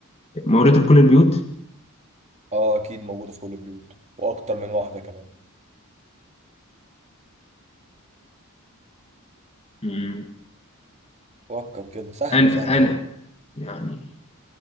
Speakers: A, on the left; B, on the right.
A: موجودة في كل البيوت
B: اه اكيد موجودة في كل البيوت واكتر من واحدة كمان
A: مم.
B: فكر كده سهلة
A: أنا
B: سهلة
A: أنا
B: اوي
A: يعني